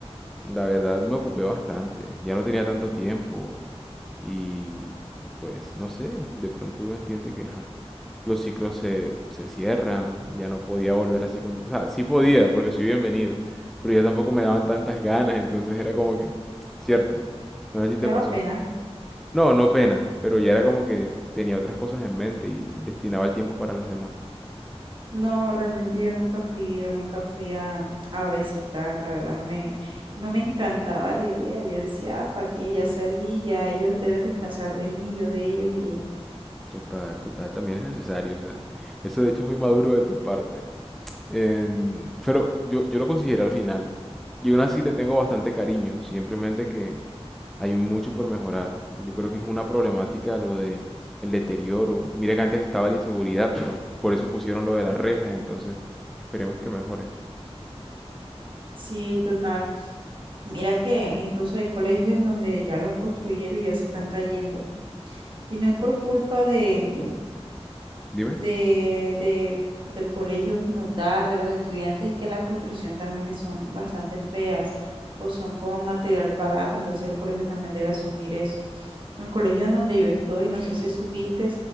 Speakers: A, in the centre; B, on the right.
A: la verdad me ocupé bastante, ya no tenía tanto tiempo y, y pues no sé, de pronto uno entiende que ajá, los ciclos se, se cierran, ya no podía volver así con... ta- O sea, sí podía porque soy bienvenido, pero ya tampoco me daban tantas ganas, entonces era como que, cierto, no sé si te
B: Te daba
A: pasó.
B: pena.
A: No, no pena, pero ya era como que tenía otras cosas en mente y destinaba el tiempo para las demás.
B: No, realmente yo nunca fui, yo nunca fui a, a visitar, la verdad no me, no me encantaba la idea. Yo decía, ah, ¿para qué? Ya salí, ya ellos deben descansar de mí, yo de ellos y listo.
A: Total, total, también es necesario, o sea, eso de hecho es muy maduro de tu parte. En- pero yo, yo lo consideré al final. Y aún así le tengo bastante cariño, simplemente que hay mucho por mejorar. Yo creo que es una problemática lo de el deterioro. Mira que antes estaba la inseguridad, pero por eso pusieron lo de las rejas, entonces esperemos que mejore.
B: Sí, total. Mira que incluso hay colegios en donde ya los construyeron y ya se están cayendo. Y no es por
A: To-
B: culpa de,
A: Dime.
B: de, del del colegio como tal, de los estudiantes, y que la construcción también es- son bastante feas o son con material barato, entonces el colegio también debe asumir eso. El colegio en donde yo estoy, no sé si supiste,